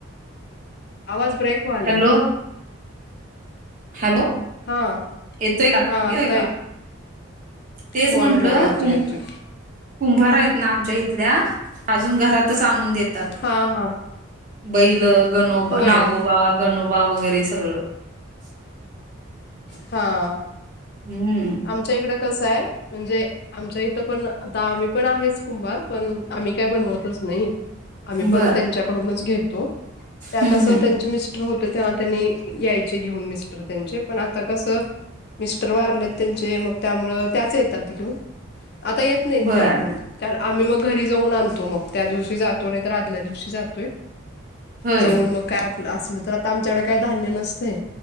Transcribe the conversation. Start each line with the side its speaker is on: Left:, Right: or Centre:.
Left: आवाज ब्रेकव्हालाय.
Right: हॅलो हॅलो
Left: हा
Right: येतोय का
Left: हा
Right: येतोय
Left: आत्ता
Right: का? तेच
Left: होय
Right: म्हणलं
Left: होय येतोय
Right: कुम
Left: येतोय
Right: कुंभार आहेत ना आमच्या इथल्या अजून घरातच आणून दे तात
Left: हा हा
Right: बैल, गनोब,
Left: होय
Right: नागोबा, गनोबा वगैरे सगळं. <inaudible>
Left: हा!
Right: हू!
Left: आमच्या इकडं कसं आहे म्हणजे. आमच्या इथं पण आता आम्ही पण आहेच कुंभार, पण आम्ही काय बनवतच नाही. आम्ही पण
Right: बर
Left: त्यांच्याकडूनच घेतो त्या
Right: हम्म
Left: कस
Right: हम्म
Left: त्यांचे मिस स्टर होतो तेव्हा त्यांनी यायचे घेऊन मिस्टर त्यांचे पण आता कस मिस्टर वारलेतं. त्यांचे मग त्यामुळ त्याच येतात घेऊन आता येत नाहीत
Right: बर
Left: त्या घेऊन. तर आम्ही मग घरी जाऊन आणतो मग, त्या दिवशी जातो नाही तर आदल्या दिवशी जातोय.
Right: होय
Left: जऊळ मग काय आपलं असलं तर आता आमच्याकड काय धान्य नसतय,